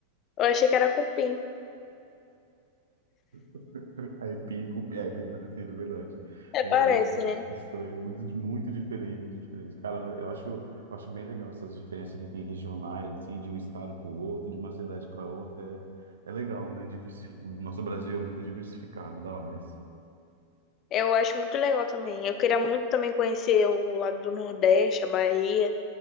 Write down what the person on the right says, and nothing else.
<laughs> Aipim com... É, bem parecido, verdade.
Meu
Deus, cara,
que estranho, muito, di- muito diferente, muito diferente. Cara, eu acho, eu acho bem legal essas diferenças que tem regionais, assim, de um estado para o outro, de uma cidade para outra. É, é legal, né? Diversi... O nosso Brasil é muito diversificado, da hora isso.